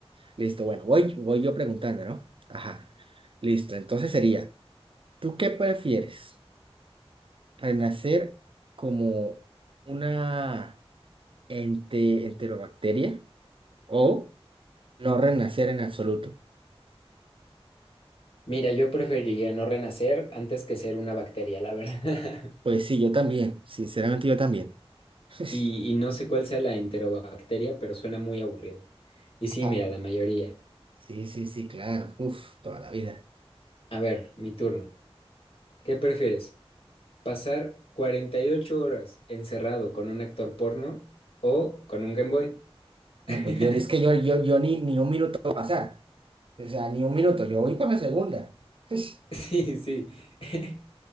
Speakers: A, on the right; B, on the left.
A: Listo, bueno, voy, voy yo preguntando, ¿no? Ajá. Listo, entonces sería, ¿tú qué prefieres? ¿Renacer como una ente, enterobacteria o no renacer en absoluto?
B: Mira, yo preferiría no renacer antes que ser una bacteria, la verdad. <laughs>
A: Pues sí, yo también, sinceramente yo también. <laughs>
B: Y, y no sé cuál sea la enterobacteria, pero suena muy aburrido. Y sí,
A: Ajá.
B: mira, la mayoría.
A: Sí, sí, sí, claro. Uf, toda la vida.
B: A ver, mi turno. ¿Qué prefieres? Pasar 48 horas encerrado con un actor porno o con un Game Boy.
A: No,
B: <laughs>
A: pues yo, es que yo, yo, yo ni, ni un minuto va a pasar. O sea, ni un minuto, yo voy para la segunda. <laughs>
B: Sí, sí. <laughs>